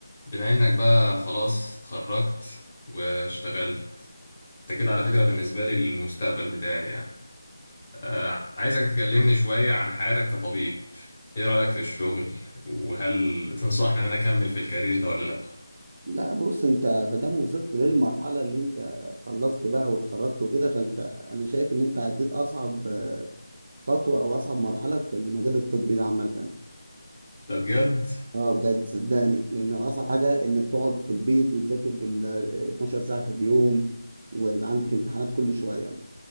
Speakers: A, on the left; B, on the right.
A: بما انك بقى خلاص اتخرجت واشتغلت انت كده على فكرة بالنسبة لي المستقبل بتاعي يعني آه عايزك تكلمني شوية عن حياتك كطبيب ايه رأيك في الشغل وهل تنصحني ان انا اكمل في الكارير ده ولا لا
B: لا بص انت ما دام وصلت للمرحله اللي انت خلصت بقى واتخرجت وكده فانت انا شايف ان انت عديت اصعب خطوه او اصعب مرحله في المجال الطبي ده عامه
A: ده بجد
B: اه بجد صدقني لان اصعب حاجه انك تقعد في البيت وتذاكر بال 12 ساعه في اليوم ويبقى عندك امتحانات كل شويه